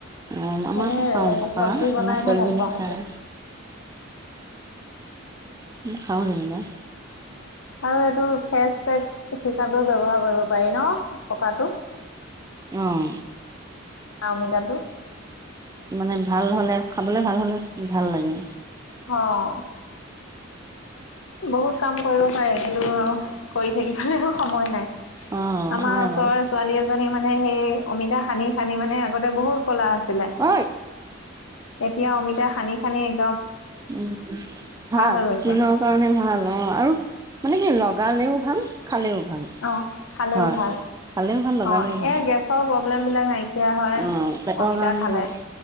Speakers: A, on the right; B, on the left.
A: অঁ আমাৰ
B: এনেই
A: আকৌ খাওঁ পকা
B: চব্জি বনাইহে
A: আমাৰ ছোৱালীজনীয়ে
B: ভাল পাওঁ।
A: খায়
B: <inaudible>
A: দে পাওঁনলে।
B: আৰু এইটো ফেচ পেক হিচাপেও ব্যৱহাৰ কৰিবাৰ। পাৰি ন পকাটো।
A: অঁ
B: আ, অমিতাটো।
A: মানে ভাল হ'লে, খাবলৈ ভাল হ'লে ভাল লাগে।
B: অ'। বহুত কাম কৰিব। হয় কিন্তু কৰি থাকিবলৈও সময় নাই,
A: অঁ
B: আমাৰ
A: হয়
B: ওচৰৰ
A: আকৌ
B: ছোৱালী এজনী মানে সেই অমিতা সানি - সানি মানে আগতে বহুত কলা আছিলে।
A: ঐ
B: এতিয়া অমিতা খানি খানি এক।
A: উম ভাল
B: হৈ গৈছে।
A: স্কিনৰ কাৰণে ভাল। অ আৰু মানে কি লগালেও ভাল খালেও ভাল।
B: অঁ খালেও
A: হয়
B: ভাল
A: খালেও ভাল লগালেও
B: অঁ
A: ভাল
B: এই গেছৰ প্ৰব্লেমবিলাক নাইকি। এতিয়া হয়
A: অ', পেটৰ
B: অমিতা
A: কাৰণে
B: খালে
A: ভাল।